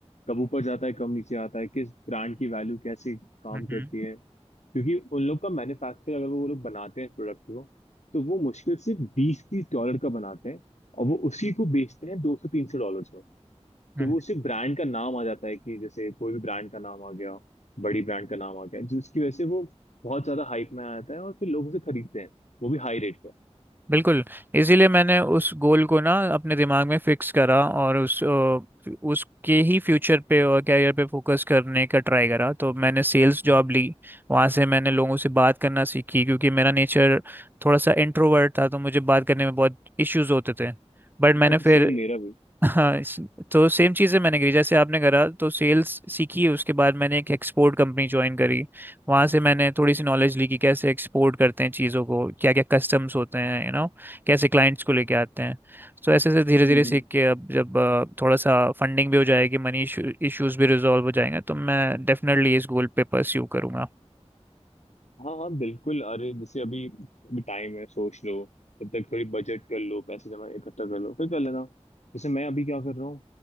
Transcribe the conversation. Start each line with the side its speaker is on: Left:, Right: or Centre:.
Left: कब ऊपर जाता है कब नीचे आता है किस ब्रांड की वैल्यू कैसे काम
Right: हम्म
Left: करती है क्योंकि उन लोग का मैन्युफैक्चर अगर वो लोग बनाते हैं प्रोडक्ट को तो वो मुश्किल से बीस तीस डॉलर का बनाते हैं और वो उसी को बेचते हैं दो सौ तीन सौ डॉलर में तो
Right: हम्म।
Left: वो उसी ब्रांड का नाम आ जाता है कि जैसे कोई भी ब्रांड का नाम आ गया बड़ी ब्रांड का नाम आ गया जिसकी वजह से वो बहुत ज्यादा हाइप में आ जाता है और फिर लोग उसे खरीदते हैं वो भी हाई रेट
Right: बिल्कुल इसीलिए मैंने उस गोल को ना अपने दिमाग में फिक्स करा और उस अ, उसके ही फ्यूचर पे और कैरियर पे फोकस करने का ट्राई करा तो मैंने सेल्स जॉब ली वहाँ से मैंने लोगों से बात करना सीखी क्योंकि मेरा नेचर थोड़ा सा इंट्रोवर्ट था तो मुझे बात करने में बहुत इश्यूज होते थे बट मैंने
Left: पर
Right: फिर
Left: सेम <laughs> मेरा भी
Right: हाँ इस- तो सेम चीज़ें मैंने करी जैसे आपने करा तो सेल्स सीखी उसके बाद मैंने एक एक्सपोर्ट कंपनी ज्वाइन करी वहाँ से मैंने थोड़ी सी नॉलेज ली कि कैसे एक्सपोर्ट करते हैं चीज़ों को क्या क्या कस्टम्स होते हैं यू नो कैसे क्लाइंट्स को लेके आते हैं तो ऐसे ऐसे धीरे
Left: हम्म
Right: धीरे सीख
Left: हम्म।
Right: के अब जब अ, थोड़ा सा फंडिंग भी हो जाएगी मनी इश्यूज भी रिजॉल्व हो जाएंगे तो मैं डेफिनेटली इस गोल पे परस्यू करूंगा
Left: हाँ हाँ बिल्कुल अरे जैसे अभी अभी टाइम है सोच लो तब तक थोड़ी बजट कर लो पैसे जमा इकट्ठा कर लो फिर कर लेना जैसे मैं अभी क्या कर रहा हूँ